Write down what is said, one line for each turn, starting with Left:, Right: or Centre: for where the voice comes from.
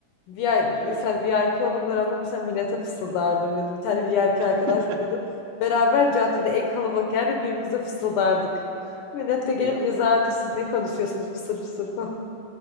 Left: VI mesela
Right: Evet.
Left: VIP olduğum dönemde mesela millete fısıldardım. Ya da bir tane VIP arkadaş
Right: <laughs>
Left: bulurum. Beraber caddede en kalabalık yerde birbirimize fısıldardık. Millet de gelip
Right: Ey Allah'ım
Left: yazardı
Right: ya.
Left: siz ne konuşuyorsunuz fısır fısır